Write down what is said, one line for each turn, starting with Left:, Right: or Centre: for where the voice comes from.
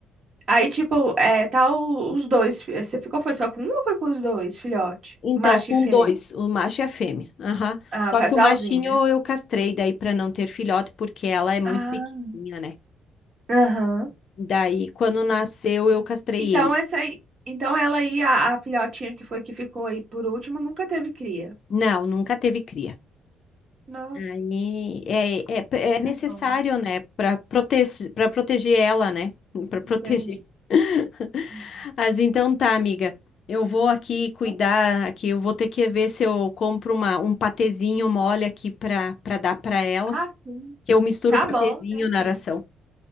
Right: Aí, tipo, é, tá o- os dois. fi- Você ficou, foi só com um ou foi com os dois, filhote?
Left: Então,
Right: Macho
Left: com
Right: e fêmea.
Left: dois, o macho e a fêmea. Aham.
Right: Ah,
Left: Só
Right: o casalzinho,
Left: que o machinho
Right: né?
Left: eu castrei daí para não ter filhote, porque ela é muito
Right: Ah.
Left: pequenininha, né?
Right: Aham.
Left: Daí, quando nasceu, eu castrei
Right: Então
Left: ele.
Right: essa aí, então ela aí a, a filhotinha que foi que ficou aí por último nunca teve cria.
Left: Não, nunca teve cria.
Right: Nossa,
Left: Aí é, é,
Right: Hum,
Left: é necessário,
Right: É bom.
Left: né, para prote para proteger ela, né? Para proteger.
Right: entendi.
Left: <laughs>
Right: Uhum.
Left: Mas então tá, amiga. Eu vou aqui cuidar
Right: Então,
Left: aqui, eu vou ter que ver se eu compro uma, um patezinho mole aqui para para dar para ela,
Right: ah, sim.
Left: que eu misturo
Right: Tá
Left: o patezinho
Right: bom, tranquilo.
Left: na ração.